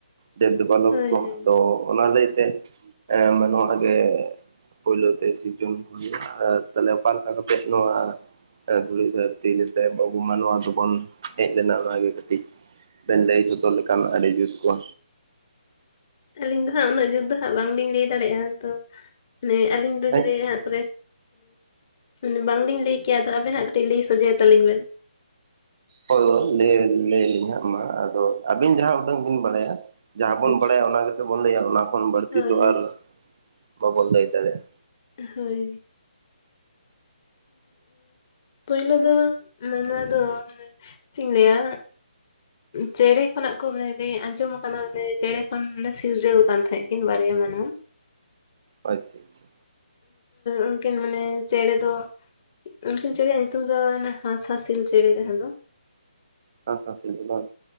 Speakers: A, on the right (about 35°); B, on the left (about 35°).
A: ᱫᱮᱵᱽ ᱫᱮᱵᱟᱞᱳᱠ
B: ᱦᱳᱭ
A: ᱠᱚ᱾
B: ᱦᱳᱭ
A: ᱟᱫᱚ ᱚᱱᱟ ᱞᱟᱹᱭᱛᱮ ᱢᱟᱱᱚᱣᱟ ᱜᱮ ᱯᱳᱭᱞᱳ ᱛᱮ ᱥᱤᱨᱡᱚᱱ ᱠᱚ ᱦᱩᱭᱩᱜᱼᱟ ᱟᱨ ᱛᱟᱦᱞᱮ ᱚᱠᱟ ᱞᱮᱠᱟ ᱠᱟᱛᱮᱜ ᱱᱚᱣᱟ ᱫᱷᱩᱲᱤ ᱫᱷᱟᱹᱨᱛᱤ ᱡᱮᱛᱮ ᱟᱵᱚ ᱢᱟᱱᱣᱟ ᱫᱚᱵᱚᱱ ᱦᱮᱡ ᱞᱮᱱᱟ᱾ ᱚᱱᱟ ᱜᱮ ᱠᱟᱹᱴᱤᱡ ᱵᱮᱱ ᱞᱟᱹᱭ ᱥᱚᱫᱚᱨ ᱞᱮᱠᱷᱟᱱ ᱟᱹᱰᱤ ᱡᱩᱛ ᱠᱚᱜᱼᱟ?
B: ᱟᱹᱞᱤᱧ ᱫᱚ ᱦᱟᱸᱜ ᱩᱱᱟᱹᱜ ᱡᱩᱛ ᱫᱚ ᱦᱟᱸᱜ ᱵᱟᱝᱞᱤᱧ ᱞᱟᱹᱭ ᱫᱟᱲᱮᱭᱟᱜᱼᱟ ᱛᱚ᱾ ᱢᱟᱱᱮ ᱟᱹᱞᱤᱧ ᱫᱚ
A: ᱦᱮᱸ
B: ᱡᱩᱫᱤ ᱦᱟᱸᱜ ᱢᱟᱱᱮ ᱵᱟᱝᱞᱤᱧ ᱞᱟᱹᱭ ᱠᱮᱭᱟ, ᱟᱫᱚ ᱟᱵᱮᱱ ᱦᱟᱸᱜ ᱠᱟᱹᱴᱤᱡ ᱞᱟᱹᱭ ᱥᱚᱡᱷᱮᱭᱟ ᱛᱟᱞᱤᱧ ᱵᱮᱱ
A: ᱦᱳᱭ ᱞᱟᱹᱭ ᱞᱟᱹᱭ ᱟᱹᱞᱤᱧ ᱦᱟᱸᱜ ᱢᱟ ᱟᱫᱚ ᱟᱹᱵᱤᱱ ᱡᱟᱦᱟᱸ ᱩᱰᱟᱹᱝ ᱵᱤᱱ ᱵᱟᱲᱟᱭᱟ᱾ ᱡᱟᱦᱟᱸ ᱵᱚᱱ
B: ᱟᱪᱪᱷᱟ
A: ᱵᱟᱲᱟᱭᱟ, ᱚᱱᱟ ᱜᱮᱛᱚ ᱵᱚᱱ ᱞᱟᱹᱭᱟ ᱚᱱᱟ ᱠᱷᱚᱱ ᱵᱟᱹᱲᱛᱤ
B: ᱦᱳᱭ
A: ᱛᱚ ᱟᱨ ᱵᱟᱵᱚᱱ ᱞᱟᱹᱭ ᱫᱟᱲᱮᱭᱟᱜᱼᱟ᱾
B: ᱦᱳᱭ ᱯᱳᱞᱳ ᱫᱚ ᱢᱟᱱᱚᱣᱟ ᱫᱚ ᱪᱮᱫ ᱤᱧ ᱞᱟᱹᱭᱟ ᱪᱮᱬᱮ ᱠᱷᱚᱱᱟᱜ ᱠᱚ ᱢᱟᱱᱮ ᱞᱟᱹᱭ ᱟᱸᱡᱚᱢ ᱠᱟᱱᱟ, ᱚᱱᱮ ᱪᱮᱬᱮ ᱠᱷᱚᱱ ᱱᱮ ᱥᱤᱨᱡᱟᱹᱣ ᱟᱠᱟᱱ ᱛᱟᱦᱮᱸᱫ ᱠᱤᱱ ᱵᱟᱨᱭᱟ ᱢᱟᱱᱣᱟ᱾
A: ᱟᱪᱪᱷᱟ ᱟᱪᱪᱷᱟ
B: ᱩᱱᱠᱤᱱ ᱢᱟᱱᱮ ᱪᱮᱬᱮ ᱫᱚ ᱩᱱᱠᱤᱱ ᱪᱮᱬᱮᱭᱟᱜ ᱧᱩᱛᱩᱢ ᱫᱚ ᱦᱟᱸᱥ ᱦᱟᱹᱥᱤᱞ ᱪᱮᱬᱮ ᱡᱟᱦᱟᱸ ᱫᱚ᱾
A: ᱦᱟᱸᱥ ᱦᱟᱹᱥᱤᱞ ᱵᱟᱝ?